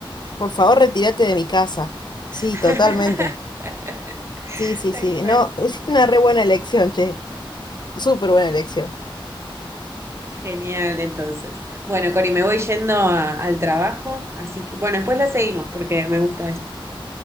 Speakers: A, on the left; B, on the right.
A: Por favor, retírate de mi casa. Sí,
B: <laughs>
A: totalmente. Sí, sí,
B: Tal
A: sí.
B: cual.
A: No, hiciste una re buena elección, che. Súper buena elección.
B: Genial, entonces. Bueno, Cori, me voy yendo a- al trabajo, así que bueno, después la seguimos porque me gusta esto.